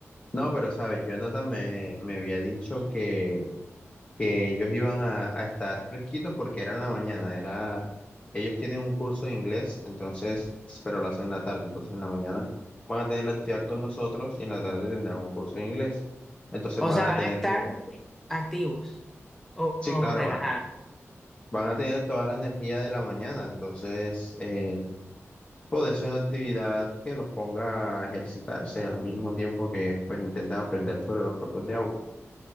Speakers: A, on the left; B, in the centre.
A: No, pero sabes, Jonathan me, me había dicho que que ellos iban a, a estar fresquitos porque era en la mañana, era, ellos tienen un curso de inglés, entonces, pero lo hacen en la tarde, entonces en la mañana van a tener la actividad con nosotros y en la tarde tendrán un curso de inglés. Entonces
B: o
A: van
B: sea,
A: a
B: van
A: tener
B: a estar
A: como,
B: activos o,
A: sí,
B: o
A: claro,
B: relajados.
A: van a, van a tener toda la energía de la mañana, entonces eh, puede ser una actividad que los ponga a ejercitarse al mismo tiempo que pues intentan aprender sobre los cuerpos de agua.